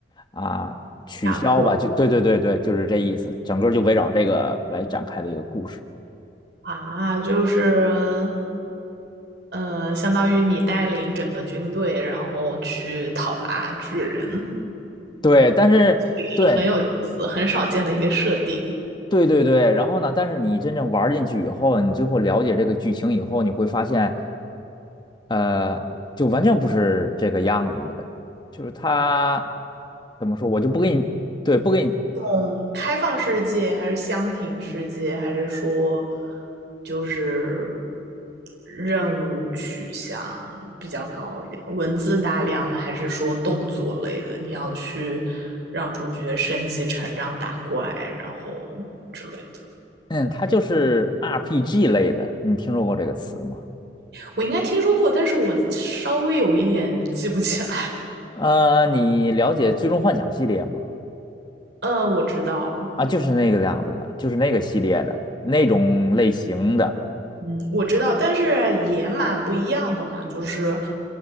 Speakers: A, on the left; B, on the right.
A: 啊取消吧，
B: 打破的
A: 就对对对对，就是这意思，整个就围绕这个来展开的一个故事。
B: 啊，就是呃，相当于你带领整个军队，然后去讨伐巨人，
A: 对，但是对
B: 是很有意思、很少见的一个设定。
A: 对对对，然后呢，但是你真正玩儿进去以后，你最后了解这个剧情以后，你会发现，呃，就完全不是这个样子的，就是它怎么说，我就不给你，对，不给你，
B: 嗯，开放世界还是箱庭世界，还是说就是任务取向比较高一点，文字大量的，还是说动作类的？你要去让主角升级、成长、打怪，然后之类的。
A: 嗯，它就是 RPG 类的，你听说过这个词吗？
B: 我应该听说过，但是我稍微有一点记不起来。
A: 呃，你了解《最终幻想》系列吗？
B: 呃，我知道，
A: 啊，就是那个样子的，就是那个系列的那种类型的。
B: 嗯，我知道，但是也蛮不一样的嘛，就是。